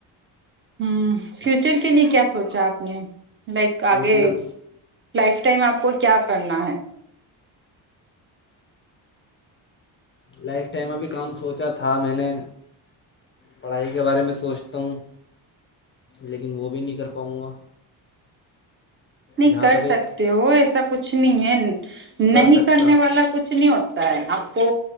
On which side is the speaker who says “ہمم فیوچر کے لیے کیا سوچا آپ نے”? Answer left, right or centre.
Right